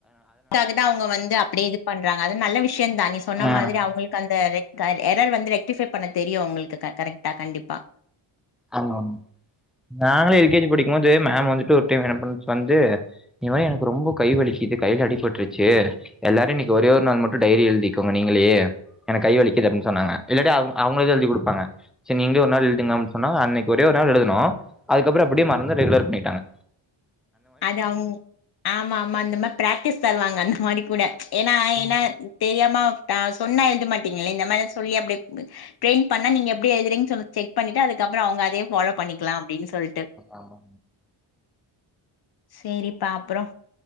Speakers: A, on the left; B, in the centre.
A: அதுக்காக தா அவுங்க வந்து அப்படியே இது பண்றாங்க அது நல்ல விஷயந்தா நீ சொன்ன
B: ஆ
A: மாதிரி அவுங்களுக்கு அந்த க எரர் வந்து ரெக்டிஃபை பண்ண தெரியு அவ்ங்களுக்கு க கரெக்டா கண்டிப்பா
B: ஆமாம் நாங்களு எல்கேஜி படிக்கும்போது மேம் வந்துட்டு ஒரு டைம் என்ன பண்ண வந்து இதுமாரி எனக்கு ரொம்ப கை வலிக்கிது கைல அடிபட்ருச்சு எல்லாரு இன்னிக் ஒரே ஒரு நாள் மட்டு டைரி எழ்திக்கோங்க நீங்களே எனக்கு கை வலிக்குது அப்பின் சொன்னாங்க இல்லாட்டி அவ் அவ்ங்கதா எழுதி குடுப்பாங்க செர் நீங்ளே ஒரு நாள் எழ்துங்க சொன்னா அன்னைக்கு ஒரே ஒரு நாள் எழுதனோ அதுக்கப்புற அப்டியே மறந்து ரெகுலர் பண்ணிகிட்டாங்க
A: அதவ்ங் ஆமா ஆமா அந்த மாரி பிராக்டிஸ் தருவாங்க அந்த மாரி கூட ஏனா ஏனா
B: ம்
A: தெரியாம டா சொன்னா எழுத மாட்டிங்களே இந்த மாரி சொல்லி அப்டியே ட்ரெய்ன் பண்ணா நீங்க எப்டி எழுதுறீங் சொல்லி செக் பண்ணிட்டு அதுக்கப்றோ அவுங்க அதே ஃபாலோ பண்ணிக்கலா அப்டின்னு சொல்லிட்டு
B: ஆமாங்
A: சேரிப்பா அப்றோ